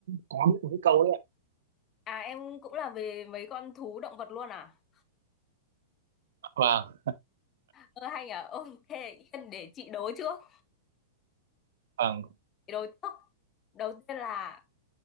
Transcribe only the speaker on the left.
À em cũng là về mấy con thú động vật luôn à?
Ờ hay nhỉ? <laughs> Ok Yên để chị đố trước.
Chị đố trước. Đầu tiên là